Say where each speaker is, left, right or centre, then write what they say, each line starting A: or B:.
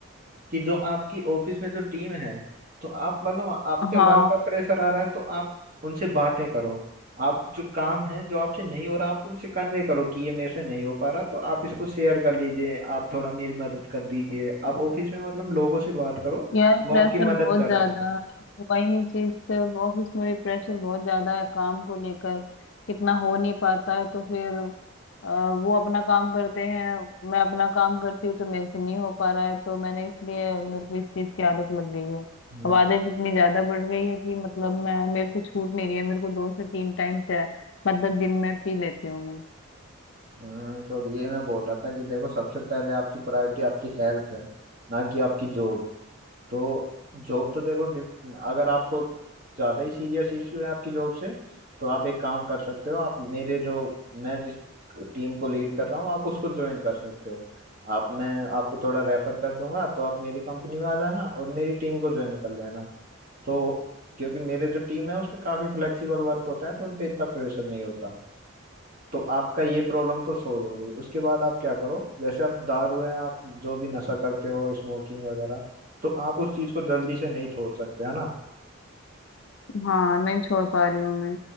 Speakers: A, on the right; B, on the left.
A: कि जो आपकी ऑफिस में जो टीम है तो आप मतलब आप पे
B: हाँ
A: वर्क का प्रेशर आ रहा है तो आप उनसे बातें करो आप जो काम है जो आपसे नहीं हो रहा आप उनसे कन्वे करो कि ये मेरे से नहीं हो पा रहा तो आप इसको शेयर कर लीजिए आप थोड़ा मेरी मदद कर दीजिए आप ऑफिस में मतलब लोगों से बात करो
B: यार
A: वो
B: प्रेशर
A: आपकी मदद
B: बहुत
A: कर
B: ज्यादा
A: सकते हैं
B: है तो वही चीज से ऑफिस में भी प्रेशर बहुत ज्यादा है काम को लेकर कितना हो नहीं पाता है तो फिर अ, वो अपना काम करते हैं मैं अपना काम करती हूँ तो मेरे से नहीं हो पा रहा है तो मैंने इसलिए मेरे को इस चीज की आदत लग गई है
A: हम्म
B: अब आदत इतनी ज्यादा बढ़ गई है कि मतलब मैं मेरे से छूट नहीं रही है मेरे को दो से तीन टाइम चाय मतलब दिन में पी लेती हूँ मैं
A: हम्म, तो ये मैं बोल रहा था कि देखो सबसे पहले आपकी प्रायोरिटी आपकी हेल्थ है ना कि आपकी जॉब तो जॉब तो देखो डिप- अगर आपको ज़्यादा ही सीरियस इशू है आपकी जॉब से तो आप एक काम कर सकते हो आप मेरे जो मैं जिस टीम को लीड कर रहा हूँ आप उसको ज्वाइन कर सकते हो आप मैं आपको थोड़ा रेफर कर दूंगा तो आप मेरी कंपनी में आ जाना और मेरी टीम को ज्वाइन कर लेना तो क्योंकि मेरे जो टीम है उसमें काफ़ी फ्लेक्सिबल वर्क होता है तो उन पे इतना प्रेशर नहीं होता तो आपका ये प्रॉब्लम तो सोल्व हो गई उसके बाद आप क्या करो जैसे आप दारू है आप जो भी नशा करते हो स्मोकिंग वगैरह तो आप उस चीज को जल्दी से नहीं छोड़ सकते है ना
B: हाँ नहीं छोड़ पा रही हूँ मैं